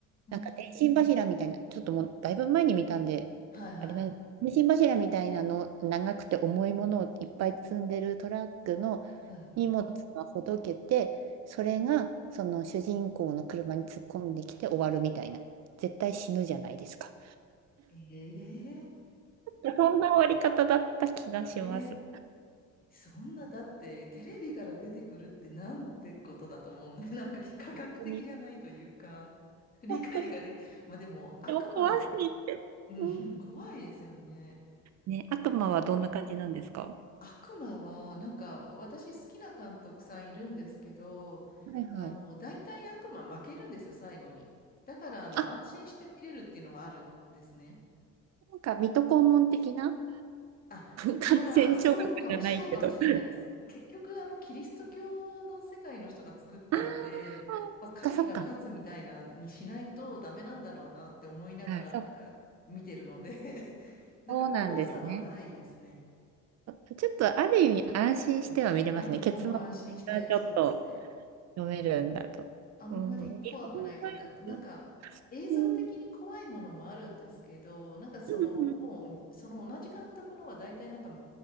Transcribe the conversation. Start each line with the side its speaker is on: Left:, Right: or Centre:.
Right: なんか電信柱みたいな、
Left: ん。
Right: ちょっともうだいぶ前に見たんで、
Left: はいはい。
Right: あれなんです。電信柱みたいなの、長くて重いものをいっぱい積んでるトラックの
Left: はい。
Right: 荷物がほどけて、それがその主人公の車に突っ込んできて終わるみたいな。絶対死ぬじゃないですか。
Left: え
Right: <laughs> そんな終わり方だった気がします。
Left: ー、えー、そんな、だって、テレビから出てくるってなんてことだと思うね。<laughs> なんか非科学的じゃないというか、
Right: 本当に、
Left: 理解ができ、
Right: 本当に
Left: まあでも、悪魔の、
Right: でも怖すぎて。
Left: うん、
Right: うん
Left: 怖いですよね。
Right: ね、悪魔はどんな感じなんですか
Left: なんか、悪魔は、なんか、私好きな監督さんいるんですけど、
Right: はいはい。
Left: あの、大体悪魔負けるんですよ、最後に。だから、あの、
Right: あ、
Left: 安心して見れるっていうのはあるんですね。
Right: なんか水戸黄門的な
Left: あ、
Right: 感染症学じゃないけど。
Left: まあ、そうかも、そうかもしれないです。
Right: <laughs>
Left: 結局、あの、キリスト教の世界の人が作ったので、
Right: ああ、
Left: まあ、
Right: そっかそっか。
Left: 神が勝つみたいなにしないとダメなんだろうなって思いながら、
Right: あ、そ、
Left: なんか、見てるので <laughs> なんか怖さはないですね。
Right: そうなんですね。そ、ちょっとある意味安心しては見れますね。
Left: あ、
Right: 結末が
Left: もう安心して、
Right: ちょっと
Left: そうですね。
Right: 読めるんだと。
Left: あんまり怖くないというか、
Right: うん。日本のやつ
Left: なんか映像的に怖いものもあるんですけど、
Right: うん。
Left: なんかそのもう、
Right: うん
Left: その同じ監督のは大体なんか